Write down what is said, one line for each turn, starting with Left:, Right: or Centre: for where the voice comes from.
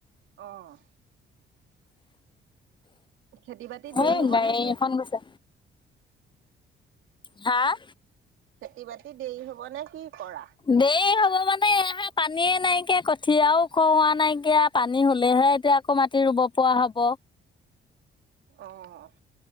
Right: অ', খেতি বাতি দেৰি
Left: এই
Right: হব
Left: গাড়ী
Right: নে কি?
Left: এখন গৈছে হাঁ?
Right: খেতি বাতি দেৰি হব নে কি? কৰা?
Left: দেই হ'ব মানে এা পানীয়ে নাইকিয়া কঠীয়াও ওখওোৱা নাইকিয়া পানী হলেহে এতিয়া আকৌ মাটি ৰুব পৰা হব।
Right: অ'।